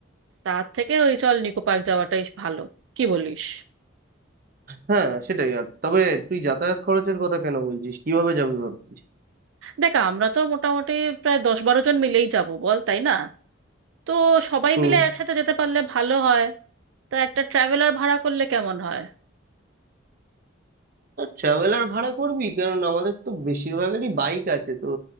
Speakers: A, on the right; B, on the right.
A: তার থেকে ওই চল নিকো পার্ক যাওয়াটাই ভালো কি বলিস
B: হ্যাঁ সেটাই আর তবে তুই যাতায়াত খরচের কথা কেন বলছিস কিভাবে যাবি ভাবছিস
A: দেখ আমরা তো মোটামুটি প্রায় দশ বারো জন মিলেই যাব বল তাই না তো সবাই
B: হুম
A: মিলে একসাথে যেতে পারলে ভালো হয় তা একটা ট্রাভেলার ভাড়া করলে কেমন হয়
B: ট্রাভেলার ভাড়া করবি কারণ আমাদের তো বেশিরভাগেরই বাইক আছে তো